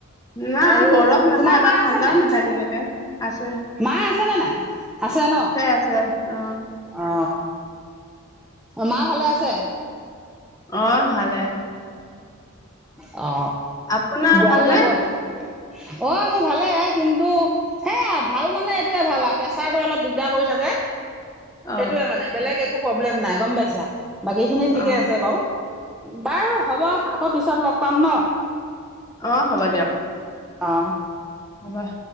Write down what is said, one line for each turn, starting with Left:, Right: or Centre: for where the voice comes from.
Left: না
Centre: আৰু
Left: বৰফ নাখায়
Centre: তোমাৰ মা
Left: তাই ঠাণ্ডাও
Centre: আছে নাই
Left: নাখায় তেনেকে আছে
Centre: মা আছে ন নাই আছে ন
Left: আছে অ
Centre: অ অ মা ভালে আছে
Left: অহ ভালে
Centre: <unintelligible> অ
Left: আপোনাৰ
Centre: মোৰ
Left: ভালনে
Centre: ভালে কিন্তু সেয়া ভাল মানে এইটয়ে ভাল আৰু প্ৰেছাৰটো অলপ দিগদাৰ কৰি থাকে
Left: অ
Centre: এইটোৱে মানে বেলেগ একো প্ৰব্লেম নাই গম পাইছা বাকী খিনি ঠিকে
Left: অ
Centre: আছে বাৰু বাৰু হ'ব আকৌ পিছত লগ পাম ন
Left: অ হ'ব দিয়ক
Centre: অ
Left: অ বাহ